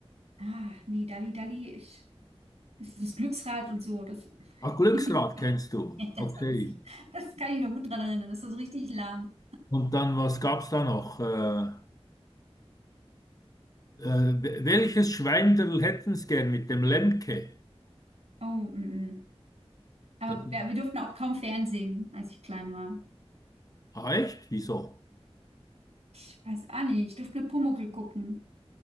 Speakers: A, on the right (about 85°); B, on the left (about 35°).
A: ah, nee, Dali, Dali, ich, das ist das Glücksrad und so. Das,
B: Ah, Glücksrad
A: <laughs>
B: kennst du.
A: Ja, das
B: Okay.
A: weiß ich. Das kann ich noch gut dran erinnern. Das war so richtig lahm.
B: Und dann, was gab's da noch? Äh, äh, welches Schweinderl hätten's gern mit dem Lemke?
A: Oh, mm, mm. Aber
B: Das,
A: wir, wir durften auch kaum Fernsehen, als ich klein war.
B: Ah, echt? Wieso?
A: Ich weiß auch nicht, ich durfte nur Pumuckl gucken.